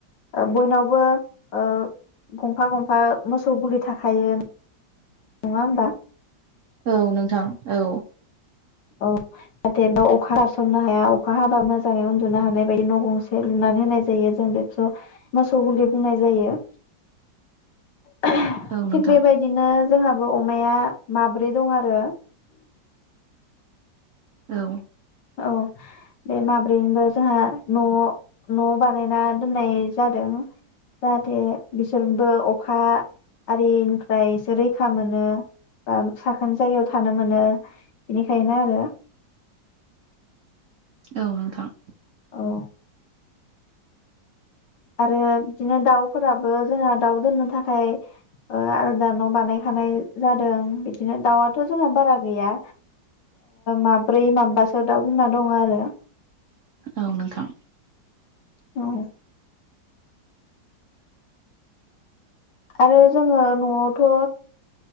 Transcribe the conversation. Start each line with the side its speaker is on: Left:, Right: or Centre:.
Left: ओ बयनावबो ओ गंफा गंफा मोसौ गुलि थाखायो। नङा होमबा?
Right: औ नोंथां औ।
Left: औ नाथाय बेयाव अखा हासननो हाया अखा हाबा मोजाङै उन्दुनो हानाय बायदि न' गंसे लुनानै होनाय जायो जों बेखौसो मोसौ गुलि बुंनाय जायो। थिग
Right: औ नोंथां
Left: बेबायदिनो जोंहाबो अमाया माब्रै दं आरो।
Right: औ।
Left: औ बे माब्रैनिबो जोंहा न' न' बानायना दोननाय जादों जाहाथे बिसोरबो अखा आरिनिफ्राय एसे रैखा मोनो बा साखोन जायगायाव थानो मोनो बेनिखायनो आरो।
Right: औ नोंथां।
Left: औ आरो बिदिनो दाउफोराबो जोंहा दाउ दोननो थाखाय ओ आलदा न' बानायखानाय जादों बिदि नो दाउआथ' जोंआ बारा गैया। माब्रै माबबासो दाउ बिमा दङ आरो।
Right: औ नोंथां।
Left: औ आरो जोङो न'आवथ' ओ